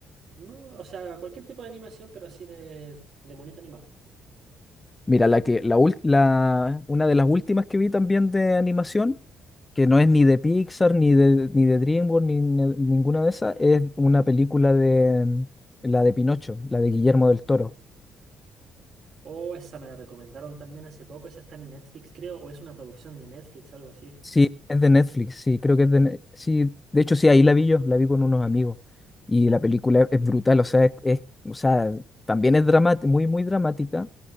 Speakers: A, on the right; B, on the left.
A: No, o sea, cualquier tipo de animación, pero así de, de monito animado.
B: Mira, la que, la, ul- la- una de las últimas que vi también de animación, que no es ni de Pixar, ni de, ni de DreamWorks, ni, ni- ninguna de esas, es una película de mm, la de Pinocho, la de Guillermo del Toro.
A: Oh, esa me la recomendaron también hace poco. Esa está en Netflix, creo, o es una producción de Netflix, algo así.
B: Sí, es de Netflix, sí, creo que es de... Ne- Sí, de hecho sí, ahí la vi yo, la vi con unos amigos. Y la película es, brutal, o sea, es, es- o sea, también es dramática, muy, muy dramática